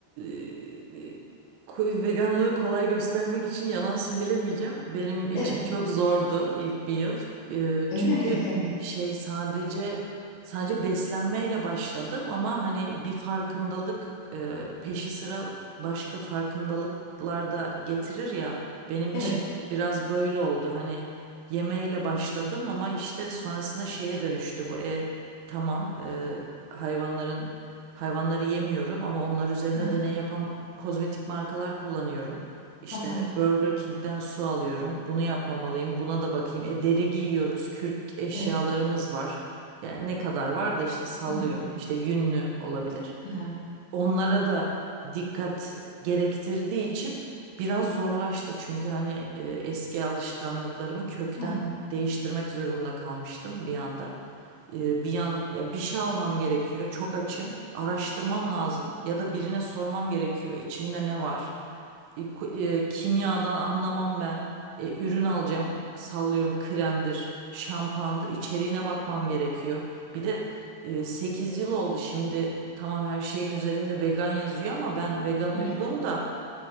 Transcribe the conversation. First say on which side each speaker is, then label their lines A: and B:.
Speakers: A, on the right; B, on the left.
A: e, ko- veganlığı kolay göstermek için yalan söylemeyeceğim. Benim için
B: Evet,
A: çok zordu ilk bir yıl. Ee,
B: öyle
A: çünkü
B: mi? Evet.
A: şey sadece sadece beslenmeyle başladım ama hani bir farkındalık e, peşi sıra başka farkındalıklar da getirir ya. Benim için
B: Evet.
A: biraz böyle oldu. Hani yemeğiyle başladım ama işte sonrasında şeye dönüştü bu. E tamam e, hayvanların Hayvanları yemiyorum ama onlar üzerine
B: Aha,
A: deney yapan kozmetik markalar kullanıyorum. İşte
B: aha,
A: Burger King'den su alıyorum. Bunu yapmamalıyım. Buna da bakayım. E deri giyiyoruz. Kürk eşyalarımız
B: evet.
A: var. Yani ne kadar var da işte sallıyorum.
B: Aha,
A: İşte yünlü olabilir
B: aha,
A: onlara da dikkat gerektirdiği için biraz zorlaştı. Çünkü hani e, eski alışkanlıklarımı kökten
B: aha.
A: değiştirmek zorunda kalmıştım bir anda. E, bir yan ya bir şey almam gerekiyor. Çok açım. Araştırmam lazım ya da birine sormam gerekiyor. İçinde ne var? e, ku- e, kimyadan anlamam ben. E, ürün alacağım. Sallıyorum kremdir, şampuandır. içeriğine bakmam gerekiyor. Bir de e, 8 yıl oldu şimdi. Tamam her şeyin üzerinde vegan yazıyor ama ben vegan olduğumda
B: Evet.